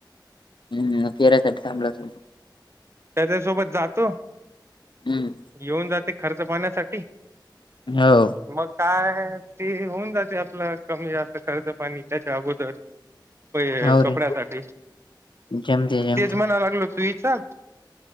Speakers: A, on the left (about 80°); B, on the right (about 35°).
A: हम्म फेऱ्यासाठी थांबळत.
B: त्याच्यासोबत जातो
A: हम्म
B: घेऊन जाते खर्च पाण्यासाठी.
A: हो.
B: मग काय ते होऊन जाते आपलं कमी जास्त खर्च पाणी त्याच्या अगोदर, - होय,
A: हो
B: कपड्यासाठी
A: रे जमते जमते
B: तेच म्हणाय लागलो तूही चल.